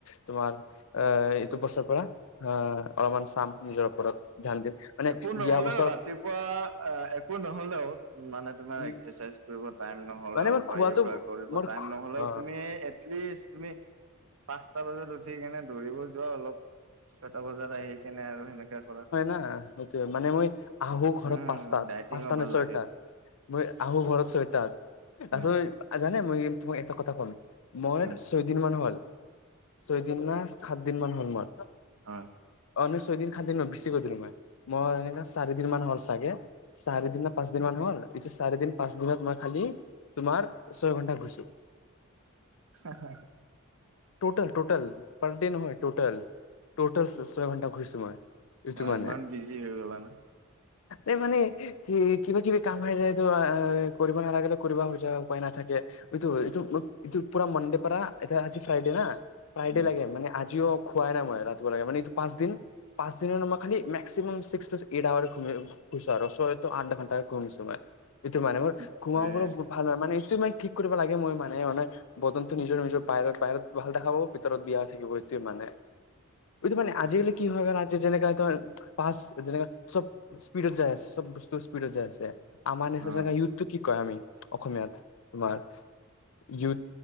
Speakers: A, on the left; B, on the right.
A: তোমাৰ অ এইটো বছৰপৰা অ অলপমান চাম নিজৰ ওপৰত ধান দিম। মানে
B: একো নহলেও
A: যোৱা বছৰত
B: ৰাতিপুৱা একো নহলেও মানে তোমাৰ
A: উম
B: এক্সাৰচাইজ কৰিব। টাইম নহলেও
A: মানে মোৰ
B: বা
A: খোৱাটো
B: য়োগা কৰিব
A: মোৰ
B: টাইম নহলেও
A: অ
B: তুমি এটলিষ্ট তুমি। পাঁচটা বজাত উঠি কিনে দৌৰিব যোৱা অলপ। ছয়টা বজাৰ আহি কেনে আৰু সেনেকা কৰা।
A: ন সেইটো মানে মই আহো ঘৰত
B: উম
A: পাঁচাত
B: ডাইটিঙো
A: পাঁচটা
B: ভাল
A: নে ছয়টাত।
B: লাগে
A: মই আহো ঘৰত চৈটাত। আচল
B: উম
A: জানে মই তোমাক এটা কথা ক'ম মই
B: উম
A: ছয়দিন মান হ'ল। ছয়দিন ন সাত দিন মান হ'ল মোৰ।
B: অ।
A: অ ছয়দিন সাতদিন নহয় বেছি কৈ দিলো মই। মই এনেকে চাৰিদিন মান হ'ল চাগে। চাৰি দিন ন পাঁচ দিন মানে হ'ল। এইছ চাৰি দিন পাঁচ দিনত মই খালি তোমাৰ ছয় ঘন্টা শুনিছো।
B: হা হা।
A: টোটেল টোটল পাৰ ডে নহয় টতল টতল ছয় ঘণ্টা ঘুৰিছোঁ মই। এইটো
B: বা
A: মানে
B: ইমান বিজি হৈ গলা না?
A: এই মানে স কিবা কিবি কাম আহ যায়েতটো কৰিব নালাগিলে কৰিব খোজা উপায় নাথাকে। এইটো এইটো এইটো পুৰা মনডে পৰা এতিয়া আজি ফ্ৰাইডে না ফ্ৰাইডে
B: উম
A: লাগে মানে আজি। জিসও খুৱাই নাই মই ৰাতিপুৱা লাগে মান এইটো পাঁচ দিন। পাঁচ দিনৰ মই খালি মেক্সিমাম ছিক্স এইট আহোৱা আৰু ছয় আঠ ঘণ্টাকে ঘমিছো মই। এইটো মানে মোৰ
B: বাপৰে
A: ঘোমাব বহুত ভাল ন মানে। ঠিক কৰিব লাগে মই মানে মানে বদন্ততটো নিজৰ নিজৰ বাহিৰত। বাহিৰত ভাল দেখা পাব ভিতৰত বিয়া থাকিব এইটোৱে মানে। এইটো মানে আজিকালি কি হয় কাৰণ আজি যেনেকা। ফা যেনে চব স্পীডত যাই আছে চব বস্তু স্পিডত যাই আছে। আমাৰ নিচ
B: অ
A: ইউথতটো কি কয় আমি। অসমীয়াত তোমাৰ য়